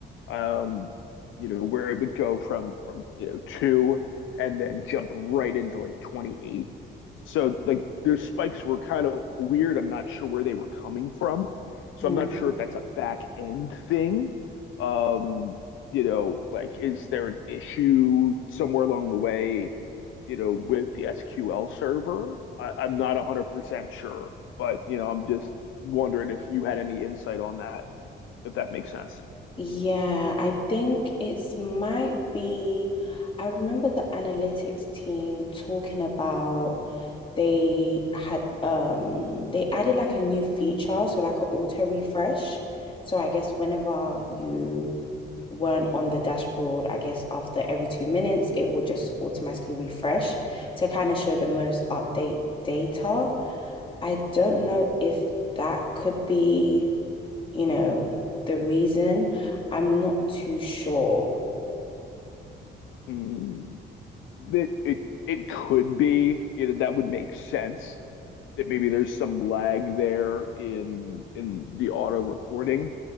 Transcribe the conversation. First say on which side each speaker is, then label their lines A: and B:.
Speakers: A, on the left; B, on the left.
A: um, you know, where it would go from from you know two and then jump right into like 28. So like those spikes were kind of weird. I'm not sure where they were coming from. So
B: Hmm.
A: I'm not sure if that's a back end thing. Um, you know, like is there an issue somewhere along the way, you know, with the SQL server? I, I'm not 100% sure, but you know, I'm just wondering if you had any insight on that, if that makes sense.
B: Yeah, I think it's might be. I remember the analytics team talking about they had um they added like a new feature, so like an auto refresh. So I guess whenever you weren't on the dashboard, I guess after every two minutes, it would just automatically refresh to kind of show the most update data. I don't know if that could be, you know, the reason. I'm not too sure.
A: Mm. that it it could be, you know, that would make sense that maybe there's some lag there in in the auto reporting.